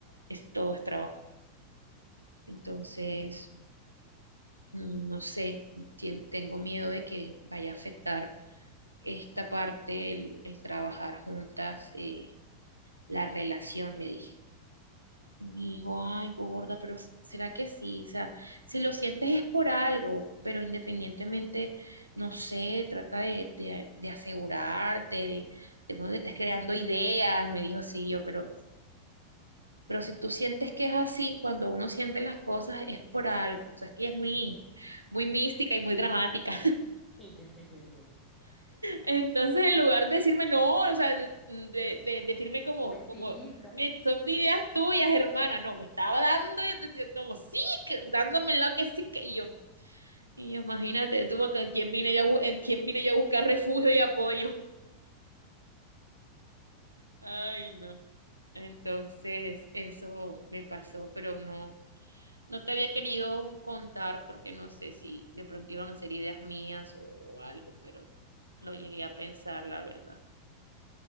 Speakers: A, on the right (about 85°); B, on the left (about 20°).
A: es todo es trabajo. Entonces, mm, no sé, tien- tengo miedo de que vaya a afectar esta parte, el, el trabajar juntas, eh, la relación, le dije. Y me digo, ay, gorda, pero ¿será que sí? O sea, si lo sientes es por algo, pero independientemente, no sé, trata de, de- de asegurarte, de, de pronto te estás creando ideas, me dijo, sí, yo, pero, pero si tú sientes que es así, cuando uno siente las cosas es por algo, o sea, es que ella es muy, muy mística y muy
B: Sí.
A: dramática.
B: Sí, sí, sí, sí, sí.
A: Entonces, en lugar de decirme no, o sea, de, de- de decirme como,
B: Mentirita.
A: como, "Me- son ideas tuyas, hermana, no, me estaba dando, eh, como sí, que- dándome lo que sí, que y yo, y yo, imagínate tú, acá, ¿en quién vine yo a, bu- en quién vine yo a buscar refugio y apoyo? Ay, no. Entonces, eso me pasó, pero no, no te había querido contar porque no sé si de pronto iban a ser ideas mías o algo, pero lo llegué a pensar, la verdad.